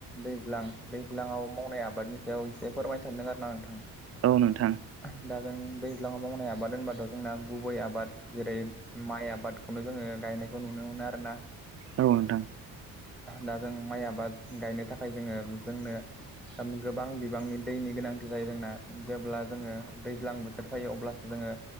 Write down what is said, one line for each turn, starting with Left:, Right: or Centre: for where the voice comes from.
Centre: दैज्लां दैज्लाङाव मावनाय आबादनि सायाव एसे फोरमायनो सानदों आरो ना नोंथां।
Right: औ नोंथां
Centre: दा जों दैज्लाङाव मावनाय आबाद होनबाथ' जोंना गुबै आबाद जेरै माइ आबादखौनो जोंङो गायनाय खौ नुनो मोनो आरोना।
Right: औ नोंथां
Centre: दा जों माइ आबाद गायनो थाखाय जोंङो जोंनो ओम गोबां बिबांनि दैनि गोनांथि जायो जोंना जेब्ला जोंङो दैज्लां बोथोर फैयो अब्लासो जोंङो